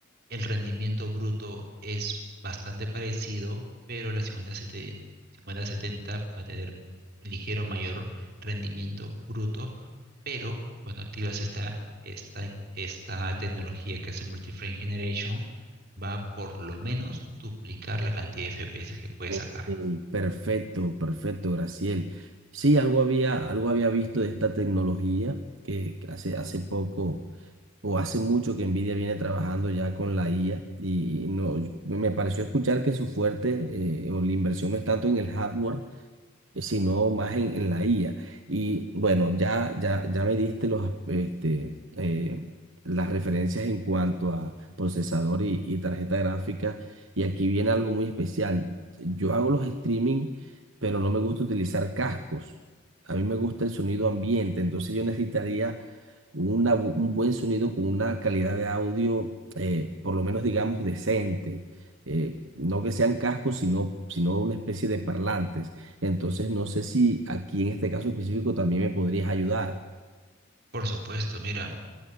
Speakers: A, on the right; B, on the right.
A: el rendimiento bruto es bastante parecido, pero la 5070, 5070 va a tener un ligero mayor rendimiento bruto, pero cuando activas esta, esta, esta tecnología que hace multi frame Generation, va a por lo menos duplicar la cantidad de FPS que puedes
B: Ok,
A: sacar.
B: perfecto, perfecto, Graciel. Sí, algo había, algo había visto de esta tecnología que que hace, hace poco o hace mucho que Nvidia viene trabajando ya con la IA y no, yo- me pareció escuchar que su fuerte eh, o la inversión no es tanto en el hardware, eh, sino más en, en la IA. Y bueno, ya, ya, ya me diste los, este, eh, las referencias en cuanto a procesador y, y tarjeta gráfica. Y aquí viene algo muy especial. Yo hago los streaming, pero no me gusta utilizar cascos. A mí me gusta el sonido ambiente, entonces yo necesitaría una bu- un buen sonido con una calidad de audio, eh, por lo menos digamos decente, eh, no que sean cascos, sino, sino una especie de parlantes. Entonces, no sé si aquí en este caso específico también me podrías ayudar.
A: Por supuesto, mira,